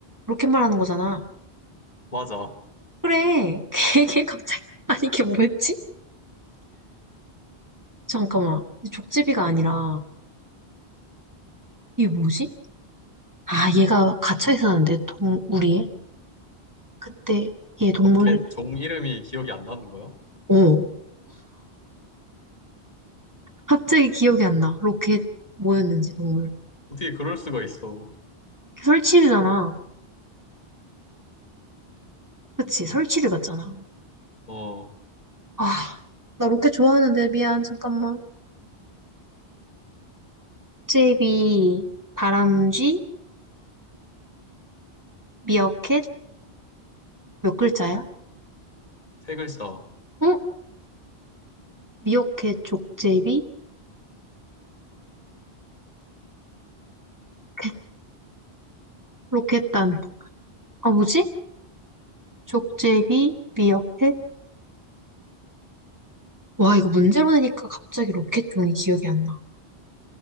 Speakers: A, on the right; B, on the left.
A: 로켓 말하는 거잖아.
B: 맞아.
A: 그래. <laughs> 걔, 걔 갑자기 아니 걔 뭐였지? 잠깐만. 족제비가 아니라, 이게 뭐지? 아, 얘가 갇혀 있었는데, 동, 우리에? 그때, 얘 동물,
B: 로켓 종 이름이 기억이 안 나는 거야?
A: 어. 갑자기 기억이 안 나. 로켓, 뭐였는지, 동물.
B: 어떻게 그럴 수가 있어.
A: 설치류잖아. 그치, 설치류 맞잖아.
B: 어,
A: 아, 나 로켓 좋아하는데, 미안, 잠깐만. 족제비, 다람쥐, 미어캣, 몇 글자야?
B: 세 글자.
A: 어? 미어캣, 족제비, 로켓, 로켓단. 아, 뭐지? 족제비, 미어캣, 와, 이거 문제로 내니까 갑자기 로켓종이 기억이 안 나.